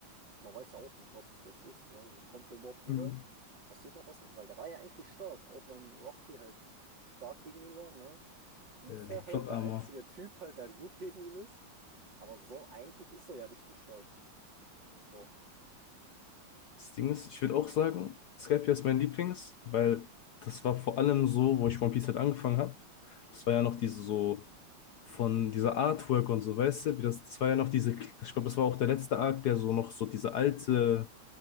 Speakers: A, on the right; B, on the left.
A: man weiß ja auch nicht, was jetzt ist, ne? So, kommt er überhaupt wieder?
B: Mhm.
A: Passiert noch was mit? Weil der war ja eigentlich stark, auch wenn Ruffy halt stark gegen ihn war, ne? Unfair
B: Äh, die Plot
A: halt, der
B: Armor.
A: einzige Typ halt, der gut gegen ihn ist. Aber so, eigentlich ist er ja richtig stark. So.
B: Das Ding ist, ich würde auch sagen, Skypiea ist mein Lieblings, weil das war vor allem so, wo ich One Piece halt angefangen habe. Das war ja noch diese so von dieser Artwork und so, weißt du, wie das, das war ja noch diese, ich glaube, das war auch der letzte Arc, der so noch so diese alte